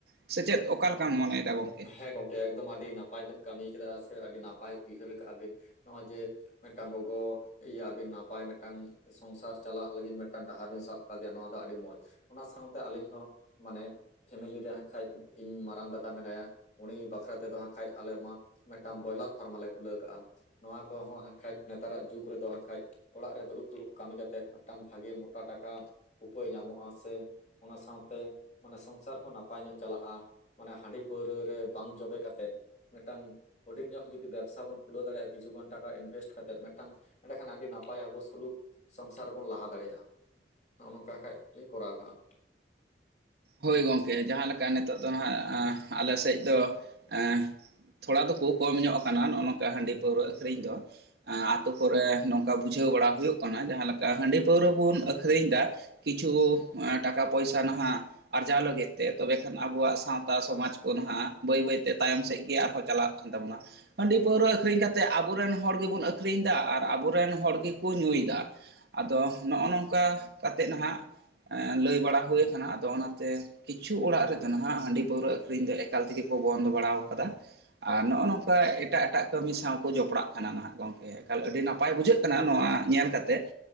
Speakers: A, on the right; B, on the left.
A: ᱥᱮ ᱪᱮᱫ ᱚᱠᱟ ᱞᱮᱠᱟᱢ ᱢᱚᱱᱮᱭᱮᱫᱟ ᱜᱚᱢᱠᱮ,
B: ᱦᱮᱸ ᱜᱚᱢᱠᱮ ᱮᱠᱫᱚᱢ ᱟᱹᱰᱤ ᱱᱟᱯᱟᱭ ᱵᱤᱱ ᱠᱟᱹᱢᱤ ᱠᱟᱫᱟ ᱥᱮ ᱟᱹᱰᱤ ᱱᱟᱯᱟᱭ ᱩᱭᱦᱟᱹᱨ ᱟᱠᱟᱜᱼᱟ ᱵᱤᱱ ᱱᱚᱜᱼᱚᱭ ᱡᱮ ᱢᱮᱫᱴᱟᱝ ᱜᱚᱜᱚ ᱾ ᱤᱭᱟᱹ ᱟᱹᱰᱤ ᱱᱟᱯᱟᱭ ᱢᱤᱫᱴᱟᱝ ᱥᱚᱝᱥᱟᱨ ᱪᱟᱞᱟᱜ ᱞᱟᱹᱜᱤᱫ ᱢᱤᱫᱴᱟᱝ ᱰᱟᱦᱟᱨ ᱵᱤᱱ ᱥᱟᱵ ᱠᱟᱫᱮᱭᱟ ᱱᱚᱣᱟ ᱫᱚ ᱟᱹᱰᱤ ᱢᱚᱡ ᱾ ᱚᱱᱟ ᱥᱟᱶᱛᱮ ᱟᱹᱞᱤᱧ ᱦᱚᱸ ᱢᱟᱱᱮ ᱯᱷᱮᱢᱮᱞᱤ ᱨᱮ ᱦᱟᱜᱠᱷᱟᱡ ᱤᱧ ᱢᱟᱨᱟᱝ ᱫᱟᱫᱟ ᱢᱮᱱᱟᱭᱟ ᱾ ᱩᱱᱤ ᱵᱟᱠᱷᱨᱟ ᱛᱮᱫᱚ ᱦᱟᱸᱜ ᱠᱷᱟᱡ ᱟᱞᱮ ᱢᱟ ᱢᱮᱫᱴᱟᱝ ᱵᱚᱭᱞᱟᱨ ᱯᱷᱟᱨᱢᱟᱞᱮ ᱠᱷᱩᱞᱟᱹᱣ ᱠᱟᱜ ᱟ ᱾ ᱱᱚᱣᱟ ᱠᱚᱦᱚ ᱦᱟᱸᱜᱠᱷᱟᱡ ᱱᱮᱛᱟᱨᱟᱜ ᱡᱩᱜ ᱨᱮᱫᱚ ᱦᱟᱸᱜᱠᱷᱟᱡ ᱾ ᱚᱲᱟᱜ ᱨᱮ ᱫᱩᱲᱩᱵ ᱫᱩᱲᱩᱵ ᱠᱟᱹᱢᱤ ᱠᱟᱛᱮᱫ ᱢᱮᱫᱴᱟᱝ ᱵᱷᱟᱜᱮ ᱢᱚᱴᱟ ᱴᱟᱠᱟ ᱩᱯᱟᱹᱭ ᱧᱟᱢᱚᱜ ᱟ ᱥᱮ ᱾ ᱚᱱᱟ ᱥᱟᱶᱛᱮ ᱢᱟᱱᱮ ᱥᱚᱝᱥᱟᱨ ᱦᱚᱸ ᱱᱟᱯᱟᱭ ᱧᱚᱜ ᱪᱟᱞᱟᱜ ᱟ ᱢᱟᱱᱮ ᱦᱟᱺᱰᱤ ᱯᱟᱹᱣᱨᱟᱹ ᱾ ᱨᱮ ᱵᱟᱝ ᱡᱚᱵᱮ ᱠᱟᱛᱮᱫ ᱢᱮᱫᱴᱟᱝ ᱾ ᱦᱩᱰᱤᱧ ᱧᱚᱜ ᱡᱩᱫᱤ ᱵᱮᱯᱥᱷᱟ ᱵᱚᱱ ᱠᱷᱩᱞᱟᱹᱣ ᱫᱟᱲᱮᱭᱟᱜ ᱟ ᱠᱤᱪᱷᱩ ᱜᱟᱱ ᱴᱟᱠᱟ ᱤᱱᱵᱷᱮᱥᱴ ᱠᱟᱛᱮᱫ ᱢᱮᱫᱴᱟᱝ ᱾ ᱮᱱᱰᱮᱠᱷᱟᱱ ᱟᱹᱰᱤ ᱱᱟᱯᱟᱭ ᱟᱵᱚ ᱥᱩᱞᱩᱠ ᱥᱚᱝᱥᱟᱨ ᱵᱚᱱ ᱞᱟᱦᱟ ᱫᱟᱲᱮᱭᱟᱜ ᱟ ᱾ ᱱᱚᱜ ᱚ ᱱᱚᱝᱠᱟ ᱠᱷᱟᱡ ᱞᱤᱧ ᱠᱚᱨᱟᱣ ᱠᱟᱜ ᱟ᱾
A: ᱦᱳᱭ ᱜᱚᱢᱠᱮ ᱡᱟᱦᱟ ᱞᱮᱠᱟ ᱱᱤᱛᱚᱜ ᱫᱚ ᱦᱟᱸᱜ ᱟᱞᱮ ᱥᱮᱫ ᱫᱚ ᱮᱸᱻ ᱾ ᱛᱷᱚᱲᱟ ᱫᱚᱠᱚ ᱠᱚᱢ ᱧᱚᱜ ᱠᱟᱱᱟ ᱱᱚᱜ ᱚ ᱱᱚᱝᱠᱟ ᱦᱟᱺᱰᱤ ᱯᱟᱹᱣᱨᱟᱹ ᱟᱹᱠᱨᱤᱧ ᱫᱚ ᱾ ᱟᱸ ᱟᱛᱳ ᱠᱚᱨᱮ ᱱᱚᱝᱠᱟ ᱵᱩᱡᱷᱟᱹᱣ ᱵᱟᱲᱟ ᱦᱩᱭᱩᱜ ᱠᱟᱱᱟ ᱡᱟᱦᱟ ᱞᱮ ᱠᱟ ᱦᱟᱺᱰᱤ ᱯᱟᱹᱣᱨᱟᱹ ᱵᱚᱱ ᱟᱹᱠᱨᱤᱧ ᱫᱟ ᱠᱤᱪᱷᱩ ᱴᱟᱠᱟ ᱯᱚᱭᱥᱟ ᱱᱟᱦᱟᱜ ᱾ ᱟᱨᱡᱟᱣ ᱞᱟᱹᱜᱤᱫ ᱛᱮ ᱛᱚᱵᱮ ᱠᱷᱟᱱ ᱟᱵᱚᱣᱟᱜ ᱥᱟᱶᱛᱟ ᱥᱚᱢᱟᱡ ᱠᱚ ᱱᱟᱦᱟᱜ ᱵᱟᱹᱭ ᱵᱟᱹᱭᱛᱮ ᱛᱟᱭᱚᱢ ᱥᱮᱫ ᱜᱮ ᱟᱨᱦᱚ ᱪᱟᱞᱟᱜ ᱠᱟᱱ ᱛᱟᱵᱚᱱᱟ ᱦᱟᱺᱰᱤ ᱯᱟᱹᱣᱨᱟᱹ ᱟᱹᱠᱨᱤᱧ ᱠᱟᱛ ᱛᱮ ᱟᱵᱚᱨᱮᱱ ᱦᱚᱲ ᱜᱮᱵᱚᱱ ᱟᱹᱠᱨᱤᱧ ᱫᱟ ᱟᱨ ᱟᱵᱚᱨᱮᱱ ᱦᱚᱲ ᱜᱮᱠᱚ ᱧᱩᱭᱫᱟ ᱾ ᱟᱫᱚ ᱱᱚᱜ ᱚ ᱱᱚᱝᱠᱟ ᱠᱟᱛᱮᱫ ᱱᱟᱦᱟᱜ ᱞᱟᱹᱭ ᱵᱟᱲᱟ ᱦᱳᱭ ᱠᱟᱱᱟ ᱟᱫᱚ ᱚᱱᱟ ᱾ ᱛᱮ ᱠᱤᱪᱷᱩ ᱚᱲᱟᱜ ᱨᱮᱫᱚ ᱱᱟᱦᱟᱜ ᱦᱟᱺᱰᱤ ᱯᱟᱹᱣᱨᱟᱹ ᱟᱹᱠᱨᱤᱧ ᱫᱚ ᱮᱠᱟᱞ ᱛᱮᱜᱮ ᱠᱚ ᱵᱚᱱᱫ ᱵᱟᱲᱟᱣ ᱠᱟᱫᱟ ᱾ ᱟᱨ ᱱᱚᱜ ᱚ ᱱᱚᱝᱠᱟ ᱮᱴᱟᱜ ᱮᱴᱟᱜ ᱠᱟᱹᱢᱤ ᱥᱟᱶ ᱠᱚ ᱡᱚᱯᱲᱟᱜ ᱠᱟᱱᱟ ᱱᱟᱦᱟᱜ ᱜᱚᱝᱠᱮ ᱾ ᱮᱠᱟᱞ ᱟᱹᱰᱤ ᱱᱟᱯᱟᱭ ᱵᱩᱡᱷᱟᱹᱜ ᱠᱟᱱᱟ ᱱᱚᱣᱟ ᱧᱮᱞ ᱠᱟᱛᱮᱜ ᱾